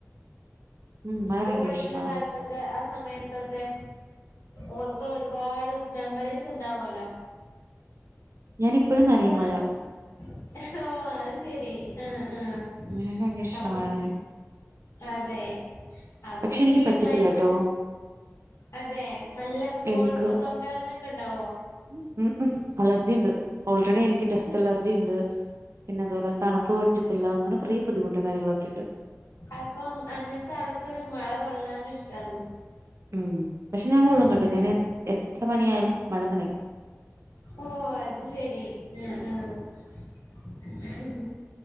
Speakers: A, on the right; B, on the left.
A: ഉം മഴ
B: സ്കൂൾ
A: ഭയങ്കര
B: പഠിക്കണ
A: ഇഷ്ടാണ്
B: കാല ത്തൊക്കെ ആ സമയത്തൊക്കെ ഓർത്തോ ഒരുപാട് മെമ്മറീസ് ഇണ്ടാവോലോ.
A: <inaudible>
B: സ്കൂള്,
A: നനയും മഴ
B: ഹ് ഓഹ് അഹ് ശെരി ആഹ് ആഹ്
A: <unintelligible> ഇഷ്ട
B: അപ്പൊ
A: മഴനെ
B: അതെ, അപ്പൊ
A: പക്ഷെ
B: പിന്നെ
A: എനിക്ക് പറ്റത്തില്ല
B: ക്ലൈമ്
A: ട്ടോ
B: അതെ നല്ല അത് കോഴ്ത്തോ
A: എനിക്ക്
B: തൊണ്ടവാേദനൊക്കെണ്ടാവോ?
A: ഉം, ഉം അലർജി ഇണ്ട്. ഓൾറെഡി എനിക്ക് ടെസ്റ്റ് അലർജി ഇണ്ട്. പിന്നെ, അതുപോലെ തണുപ്പ് പറ്റത്തില്ല. അങ്ങനെ കൊറേ ബുദ്ധിമുട്ടും കാര്യങ്ങളൊക്കെ ഇണ്ട്.
B: അപ്പം അങ്ങൻത്തെ ആൾക്ക് മഴ കൊള്ളാനു ഇഷ്ടാണ്.
A: ഉം, പക്ഷെ ഞാൻ കൊള്ളും
B: ഉം
A: കേട്ടോ ഞാന് എത്ര പണിയായാലും മഴനനയും.
B: ഓഹ്, അത് ശെരി ആഹ് ആഹ്